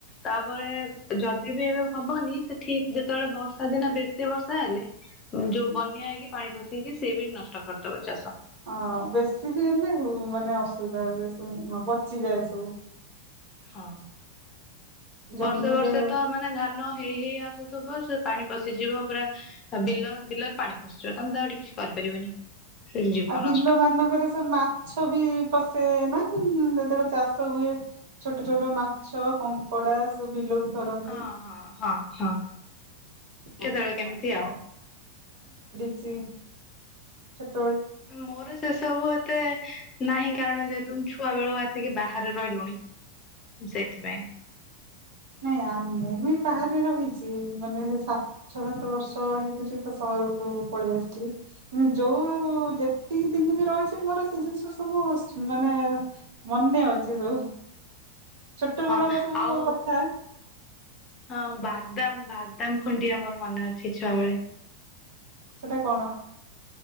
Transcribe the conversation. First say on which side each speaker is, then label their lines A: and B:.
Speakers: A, on the left; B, on the right.
A: ତାପରେ ଯଦି। ବି ହବନି ସେ ଠିକ ଯେତେବେଳେ ବର୍ଷା ଦିନେ ବେଶୀ ବର୍ଷା ହେଲେ ଯୋଉ
B: ହୁଁ।
A: ବନ୍ୟା ହେଇକି ପାଣି ପସିକି ସେ ବି ନଷ୍ଟ କରିଦବ ଚାଷ।
B: ହଁ ବେଶୀ ବି ହେଲେ ହ ମାନେ ଅସୁବିଧା ହୁଏ ସବୁ ପଚିଯାଏ ସବୁ।
A: ହଁ
B: ଜମିରେ
A: ବର୍ଷେ ବର୍ଷେ ତ ମାନେ ଧାନ ହେଇ ହେଇ ଆସୁ ଥିବ ସେ ପାଣି ପଶିଯିବ ପୁରା ବିଲ ବିଲରେ ପାଣି ପଶିଯିବ ତମେ ତ ଏଠି କିଛି କରିପାରିବନି। ସେ ଯିବ
B: ଆଉ ବିଲ
A: ନଷ୍ଟ।
B: ମାନଙ୍କରେ ସବୁ ମାଛ ବି ପସେ ନା। ହୁଁ ହୁଁ ଯେତେବେଳେ ଚାଷ ହୁଏ ଛୋଟ ଛୋଟ ମାଛ। ମାଛ କଙ୍କଡା ସୁବୁ ବିଲରୁ ଧରନ୍ତି।
A: ହଁ ହଁ। ହଁ ହଁ କେତେବେଳେ
B: ଆଉ
A: କେମିତି ଆଉ।
B: ଛ <unintelligible>
A: ମୋର ସେ ସବୁ ଏତେ। ନାହିଁ କାରଣ ଯେହେତୁ ଛୁଆ ବେଳକୁ ଆସିକି ବାହାରେ ରହିଲୁଣି। ସେଇଥିପାଇଁ।
B: ନାଇଁ ଆମେ ବି ବାହାରେ ରହିଛି ମାନେ ସେ ସାତ ଛ ସାତ ବର୍ଷ ହେଇଜୀବ। ଘରକୁ ପଳେଇ ଆସିଥିଲି ଯୋଉ ଯେତିକି ଦିନ ବି ରହିଛି ମୋର ସେ ଜିନିଷ ସବୁ। ମାନେ ମନେ ଅଛି ସବୁ। ଛୋଟ
A: ହଁ
B: ବେଳର ସବୁ
A: ଆଉ
B: କଥା
A: ହଁ ବା ଭଦାମ ଭଦାମ ଖୁଣ୍ଡି ଆମର ମନେ ଅଛି ଛୁଆବେେଳେ।
B: ସେଟା କଣ?